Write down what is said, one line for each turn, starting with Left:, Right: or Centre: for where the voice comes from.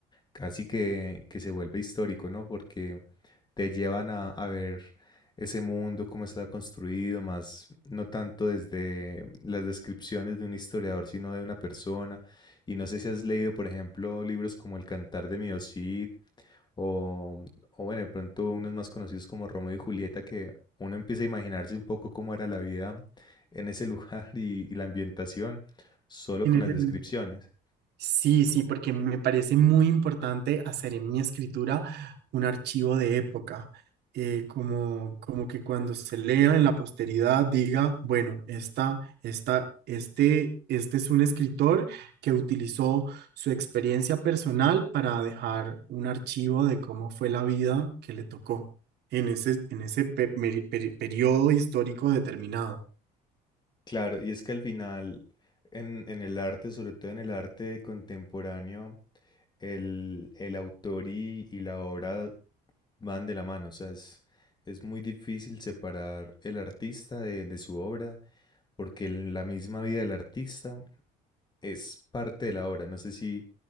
Left: casi que, que se vuelve histórico, ¿no? Porque te llevan a, a ver ese mundo, cómo está construido, más no tanto desde las descripciones de un historiador, sino de una persona. Y no sé si has leído, por ejemplo, libros como El Cantar de Mio Cid o, o bueno, de pronto unos más conocidos como Romeo y Julieta, que uno empieza a imaginarse un poco cómo era la vida en ese <laughs> lugar y, y la ambientación solo
Right: chiste.
Left: con las descripciones.
Right: Sí, sí, porque me parece muy importante hacer en mi escritura un archivo de época, eh, como, como que cuando se lea en la posteridad diga, bueno, esta, esta, este, este es un escritor que utilizó su experiencia personal para dejar un archivo de cómo fue la vida que le tocó en ese, en ese pe- meri- peri- periodo histórico determinado.
Left: Claro, y es que al final, en, en el arte, sobre todo en el arte contemporáneo, el, el autor y, y la obra van de la mano. O sea, es, es muy difícil separar el artista de, de su obra, porque el- la misma vida del artista es parte de la obra. No sé si,